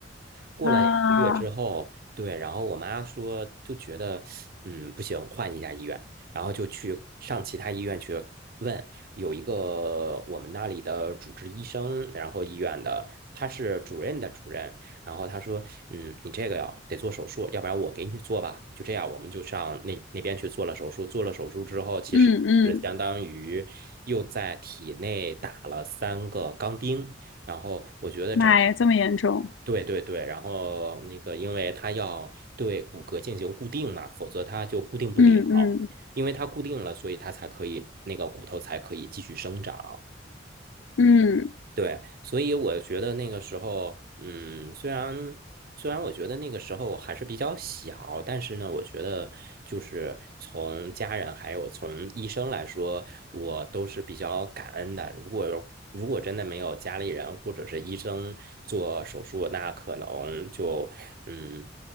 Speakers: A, on the right; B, on the left.
A: 过了两个月之后，
B: 啊，
A: 对，然后我妈说就觉得，嗯，不行，换一家医院，然后就去上其他医院去问，有一个我们那里的主治医生，然后医院的他是主任的主任，然后他说，嗯，你这个呀得做手术，要不然我给你做吧，就这样，我们就上那那边去做了手术，做了手术之后，其实是相当于又在体内打了三个钢钉。
B: 嗯嗯，
A: 然后我觉得整个
B: 妈呀，这么严重？
A: 对对对，然后那个，因为它要对骨骼进行固定嘛，否则它就固定不了。
B: 嗯嗯
A: 因为它固定了，所以它才可以那个骨头才可以继续生长。
B: 嗯，
A: 对，所以我觉得那个时候，嗯，虽然虽然我觉得那个时候我还是比较小，但是呢，我觉得就是从家人还有从医生来说，我都是比较感恩的。如果如果真的没有家里人或者是医生做手术，那可能就嗯